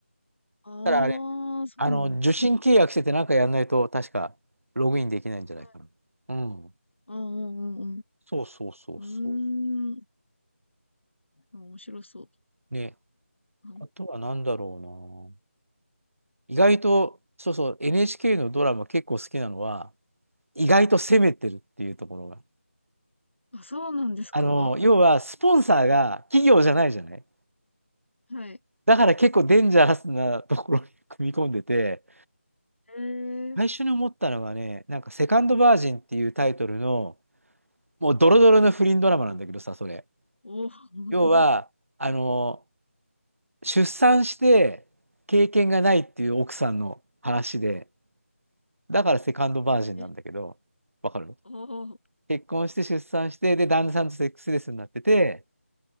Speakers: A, on the left; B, on the right.
A: ああ、
B: ただあれ、
A: そうなんですね。
B: あの、受信契約しててなんかやんないと確かログインできないんじゃないかな。
A: はい。
B: うん。
A: ああ、うんうん
B: そうそうそうそう。
A: うん。うーん。あ面白そう。
B: ね。
A: あ、
B: あとは何だろうな。意外と、そうそう、NHK のドラマ結構好きなのは、意外と攻めてるっていうところが。
A: あそうなんですか
B: あの、要は、スポンサーが企業じゃないじゃない。
A: はい。
B: だから結構デンジャラスなところに組み込んでて、
A: え
B: 最初に思ったのがね、
A: ー、
B: なんか、セカンドバージンっていうタイトルの、もうドロドロの不倫ドラマなんだけどさ、
A: おー
B: それ。
A: おー
B: 要は、あの、出産して経験がないっていう奥さんの話で、だからセカンドバージンなんだけど、
A: <laughs> え、
B: わかる
A: ああ、は
B: 結婚して出産して、で、旦那さんとセックスレスになってて、